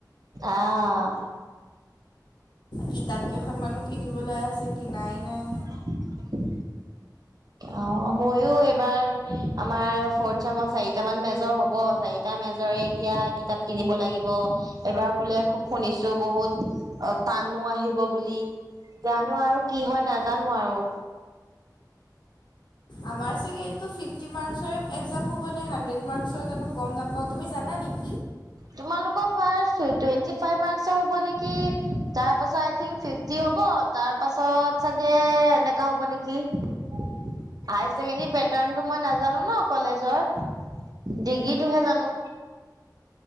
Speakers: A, on the right (about 60°); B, on the left (about 85°).
A: আহ।
B: কিতাপ কেইখনমানো কিনিবলৈ আছে কিনাই নাই।
A: <unintelligible> অ মইয়ো এইবাৰ আমাৰ ফৰ্ট চেমৰ চাৰিটা মান মেজৰ হব, চাৰি টা মেজৰে এতিয়া কিতাপ কিনিব লাগিব এবাৰ বোলে খুব শুনিছো বহুত- অ টানো আহিব বুলি জানো আৰু কি হয় নাজানো আৰু।
B: আমাৰ চাগে এইটো ফিফটি মাৰ্কৰে একজাম হ'ব নে হাড্ৰেড মাৰ্কৰ জানো গমা নাপাওঁ তুমি জানা নেকি?
A: তোমালোকৰ ফাৰ্ষ্ট টুৱেটি ফাইভ মাৰ্ক্স হব নেকি, তাৰ পাছত - থং ফিফটি হ'ব তাৰ পাছত চাগে এনেকা হ'ব নেকি? হাই ছেকেণ্ডাৰী পেটাৰণটো মই নাজানো ন কলেজৰ। ডিগ্ৰীটোহে জানো।